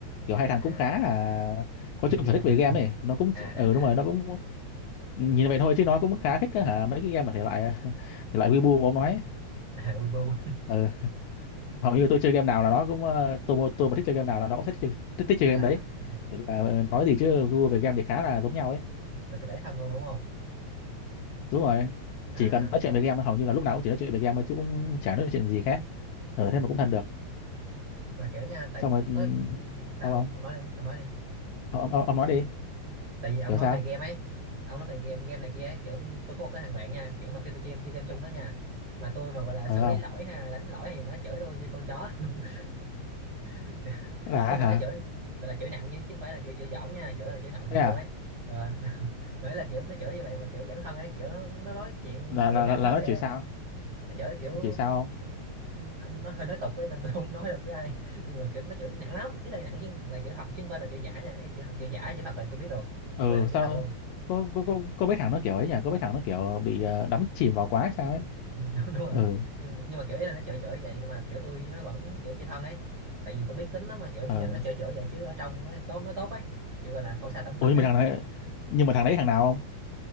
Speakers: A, on the left; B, on the right.
A: kiểu
B: à.
A: hai thằng cũng khá là có
B: nghiện
A: chung
B: game
A: sở thích về game
B: á.
A: ấy nó cũng
B: à à
A: ừ
B: à
A: đúng rồi nó cũng nhìn vậy thôi chứ nó cũng khá thích á hả mấy cái game mà thể loại <laughs> thể loại Weibo mà ông nói
B: <laughs> à Weibo
A: ừ. hầu như tôi chơi game nào là nó cũng ờ, tôi mà- tôi mà thích chơi game nào là nó cũng thích chơi thích, thích chơi
B: là
A: game đấy
B: ừ,
A: Kiểu như là, ờ, nói gì chứ gu về game thì khá là giống nhau ấy
B: là từ đấy thân luôn đúng không
A: đúng rồi
B: à
A: chỉ cần nói chuyện về game hầu như là lúc nào cũng chỉ nói chuyện về game thôi chứ cũng chả nói chuyện gì khác ở thế
B: ừ.
A: mà cũng thân được
B: mà kiểu nha tại
A: xong rồi ừm,
B: tới ừ, sao
A: sao không
B: ông nói đi ông nói đi
A: Ờ, ông, ông, ông nói đi
B: tại vì ông
A: hiểu
B: nói
A: sao
B: về game ấy ông nói về game game này kia ấy kiểu tôi có một cái thằng bạn nha kiểu mà khi tôi chơi game chơi game chung đó nha mà tôi mà gọi là
A: ờ
B: xử
A: không
B: lý lỗi ha đánh lỗi thì nó chửi tôi như con chó <laughs> Kiểu-
A: là
B: ý
A: hả
B: mà nó chửi gọi là chửi nặng nhưng chứ không phải là kiểu chửi giỡn nha chửi là chửi nặng
A: thế
B: thiệt
A: à
B: luôn ấy Ờ. <laughs> mới là kiểu nó chửi như vậy mà kiểu dẫn thân ấy kiểu nó nó nói chuyện
A: là
B: thượng
A: là
B: đẳng
A: là, là
B: lắm
A: nó
B: kìa
A: chửi sao
B: nó chửi kiểu
A: nó chửi sao
B: ừ, anh nó hơi nói tục ấy nên tôi không nói được với ai <laughs> nhưng mà kiểu nó chửi nặng lắm ý là nặng chứ không- là chửi thật chứ không phải là chửi giả nha ý là chửi thật chửi giả chửi thật là tôi biết được
A: ờ
B: con này là
A: sao
B: chửi thật luôn
A: có có có có mấy thằng nó kiểu ấy nhỉ có mấy thằng nó kiểu bị ờ, đắm chìm vào quá hay sao ấy
B: Ừ, <laughs> đúng, đúng rồi
A: ừ
B: nhưng nhưng mà kiểu ý là nó chửi chửi vậy nhưng mà kiểu tôi nó vẫn kiểu chơi thân ấy tại vì tôi biết tính nó mà kiểu
A: ờ
B: như là nó chửi chửi vậy chứ ở trong nó tốt nó tốt ấy kiểu gọi là khẩu xà tâm
A: ủa
B: Phật
A: nhưng
B: ấy
A: mà thằng này nhưng mà thằng đấy thằng nào không